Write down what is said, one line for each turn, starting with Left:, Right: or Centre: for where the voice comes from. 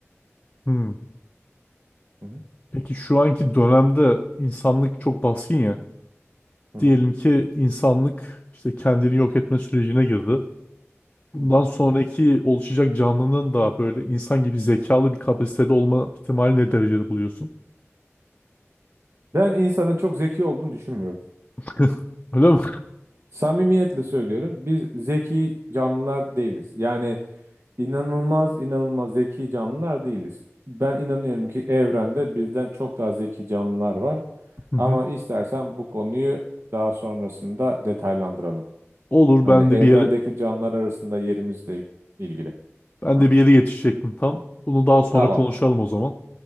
Left: Hı.
Right: Hı hı,
Left: Peki şu anki dönemde insanlık çok baskın ya.
Right: hı
Left: Diyelim
Right: hı,
Left: ki insanlık işte kendini yok etme sürecine girdi. Bundan
Right: hı hı.
Left: sonraki oluşacak canlının da böyle insan gibi zekalı bir kapasitede olma ihtimali ne derecede buluyorsun?
Right: Ben insanın çok zeki olduğunu düşünmüyorum.
Left: <laughs> Öyle mi?
Right: Samimiyetle söylüyorum. Biz zeki canlılar değiliz. Yani İnanılmaz inanılmaz zeki canlılar değiliz. Ben inanıyorum ki evrende bizden çok daha zeki canlılar var.
Left: Hı hı.
Right: Ama istersen bu konuyu daha sonrasında detaylandıralım.
Left: Olur
Right: Hani
Left: ben
Right: evrendeki
Left: de bir yere
Right: canlılar arasında yerimizle ilgili.
Left: ben
Right: Hah,
Left: de bir yere yetişecektim tam. Bunu daha sonra
Right: tamam.
Left: konuşalım o zaman.